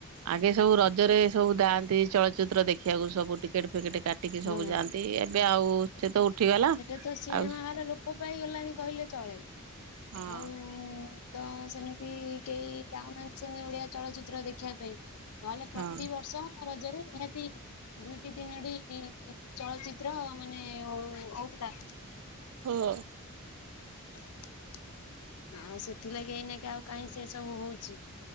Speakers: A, on the right; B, on the left.
A: ଆଗେ ସବୁ ରଜରେ ସବୁ ଯାଆନ୍ତି ଚଳଚ୍ଚିତ୍ର ଦେଖିବାକୁ ସବୁ ଟିକେଟ ଫିକେଟ କାଟିକି ସବୁ
B: ହଁ
A: ଯାଆନ୍ତି। ଏବେ ଆଉ ସେ ତ ଉଠିଗଲା
B: ସେଟା ତ ସିନେମା
A: ଆଉ
B: ହାରା ଲୋପ ପାଇ ଗଲାଣି କହିଲେ ଚଳେ।
A: ହଁ।
B: ଆଉ ତ ସେମିତି କେହି ଯାଉନାହାଁନ୍ତି ସେମିତି ଓଡିଆ ଚଳଚ୍ଚିତ୍ର ଦେଖିବା ପାଇଁ ନହେଲେ
A: ହଁ।
B: ପ୍ରତିିବର୍ଷ ରଜରେ ନିହାତି ଦୁଇଟି ତିନୋଟି ଚଳଚ୍ଚିତ୍ର ମାନେ ହଉଥିଲା।
A: ହଁ।
B: ଚନ ଓଃ ଆଉ ସେଥିଲାଗି ଏଇନାକେ ଆଉ କାଇଁ ସେସବୁ ହଉଚି